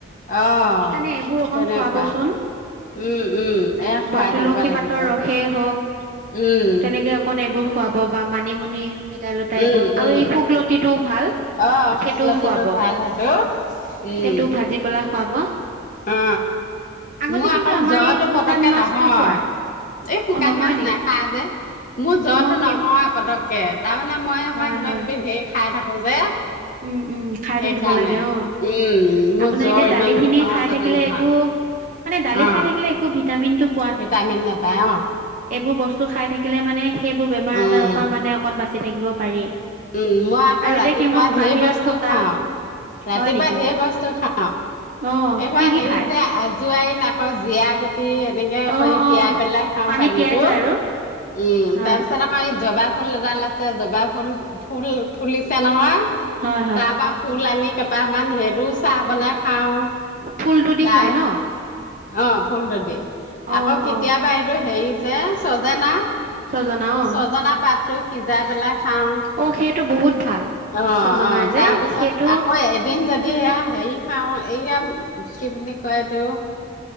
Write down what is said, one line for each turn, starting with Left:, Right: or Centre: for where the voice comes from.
Left: অ
Right: সেইকাৰণে এইবোৰ অকন
Left: তেনেকুৱা
Right: খুৱাবচোন
Left: উম উম এয়া খুৱাই
Right: বা তুলসী,
Left: থাকিবা লাগিব
Right: পাতৰ ৰসেই হওক-
Left: উম
Right: তেনেকে অকণ এইবোৰ খুৱাব বা মানিমুনি, - ভেদাইলতা,
Left: উম
Right: এইবোৰ আৰু
Left: উম
Right: এই শুকলতিটো, ভাল
Left: অ
Right: সেইটোও
Left: শুকলতিটো
Right: খুৱাব
Left: ভাল সেইটো উম
Right: সেইটো ভাজি পেলাই খুৱাব-
Left: অ
Right: আগতে
Left: মোৰ
Right: কিন্তু
Left: আকৌ
Right: আমাৰ
Left: জ্বৰটো
Right: এই শুকান
Left: পতককে
Right: মাছটো
Left: নহয়।
Right: খুৱাই
Left: এই শুকান
Right: অ নহয়
Left: মাছ
Right: নেকি
Left: নেখাই যে। মোৰ জ্বৰটো
Right: অ সেই
Left: নহয় পতককে তাৰমানে মই আকমান
Right: হয়
Left: কিবা
Right: হয়
Left: কিবি ধেৰ খাই থাকো যে।
Right: উম উম খাই
Left: সেইকাৰণে
Right: থাকিব লাগে অ
Left: উম মোৰ
Right: আপোনাৰ
Left: জ্বৰ
Right: এতিয়া দালি
Left: ইমান-
Right: খিনি
Left: সহজতে
Right: খাই থাকিলে
Left: নহয়
Right: একো মানে দালি
Left: অ
Right: খাই থাকিলে একো গগৈ ভ ভিটামিন তো উত্তৰ -
Left: ভিটামিন নাপাই অ
Right: য বোৰ বস্তু খাই থাকিলে মানে সেইবোৰ বেমাৰ
Left: উম
Right: আজাৰৰ পৰা মানে অকণ বাচি থাকিব পাৰি।
Left: উম মই আকৌ
Right: আৰু
Left: ৰাতিপুৱা
Right: এতিয়া সিহঁত
Left: ঢেৰ
Right: বাহিৰত
Left: বস্তু
Right: থকা
Left: খাও ৰাতিপুৱা
Right: হয় নেকি
Left: ঢেৰ বস্তু খাওঁ অ
Right: অ
Left: এইবাৰ
Right: কি কি
Left: হেৰি
Right: খায়
Left: যে আজোৱাৰ নাকৰ জীয়া গুট এনেকে
Right: অ
Left: কৰি
Right: অ
Left: তিয়াই পেলাই খাওঁ
Right: পানীত
Left: পানীতটো
Right: তিয়াই থয় আৰু
Left: উম
Right: হয়
Left: তাৰ পিছত আকৌ এই জবা - ফুল এডাল আছে জবা, ফুল ফুল ফুলিছে নহয়
Right: হয় হয়
Left: তাৰ পৰা ফুল আনি। কেইপাহমান সেইটো চাহ বনাই খাও
Right: ফুলটো দি
Left: তাৰ
Right: খাই ন
Left: অ ফুলটো দি আকৌ
Right: অ
Left: কেতিয়াবা
Right: অ
Left: সেইটো হেৰি যে চজে না
Right: ছজনা অ
Left: ছজনা পাতটো সিজাই পেলাই খাওঁ
Right: অ সেইটো বহুত ভাল
Left: অ
Right: ছজনাৰ
Left: অ
Right: যে
Left: তাৰপিছত
Right: সেইটো
Left: আকৌ এদিন যদি হেৰি- খাওঁ এইয়া কি বুলি কয় এইটো